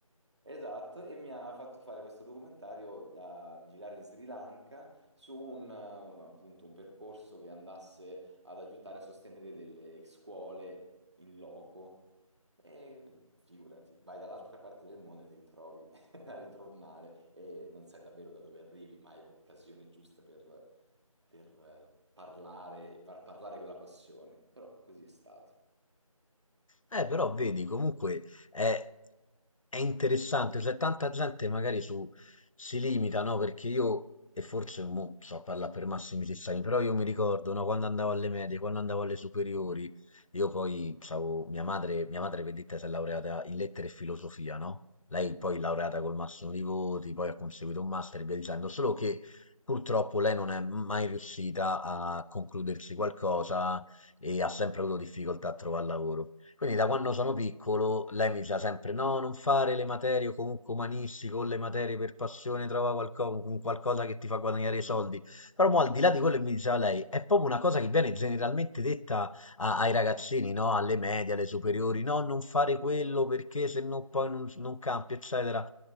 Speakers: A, on the right (about 50°); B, on the left (about 65°).
A: Esatto, e mi ha fatto fare questo documentario da girare in Sri Lanka su un, eh, appunto, un percorso che andasse ad aiutare a sostenere delle scuole in loco. E figurati, vai dall'altra parte del mondo e ti ritrovi <laughs> a ritornare e non sai davvero da dove arrivi, ma hai l'occasione giusta per, per, eh, parlare, far parlare quella passione. Però così è stato.
B: Eh, però vedi, comunque è, è interessante, cioè tanta gente magari su, si limita, no? Perché io, e forse mo, sto a parlare per massimi sistemi, però io mi ricordo, no, quando andavo alle medie, quando andavo alle superiori, io poi, stavo, mia madre, mia madre, vedete, si è laureata in lettere e filosofia, no? Lei poi laureata
A: Ah,
B: col massimo di voti, poi ha conseguito un master e via dicendo, solo che purtroppo lei non è mai riuscita a concludersi qualcosa e ha sempre avuto difficoltà a trovare lavoro. Quindi da quando sono piccolo
A: ok,
B: lei mi diceva sempre no, non fare le materie o comunque umanistiche o le materie per passione, trova qualco- un qualcosa che ti fa guadagnare i soldi. Però mo, al di là di quello che mi diceva lei, è proprio una cosa che viene generalmente detta a- ai ragazzini, no? Alle medie, alle superiori, no, non fare quello
A: Vero,
B: perché se no poi non, non campi, eccetera.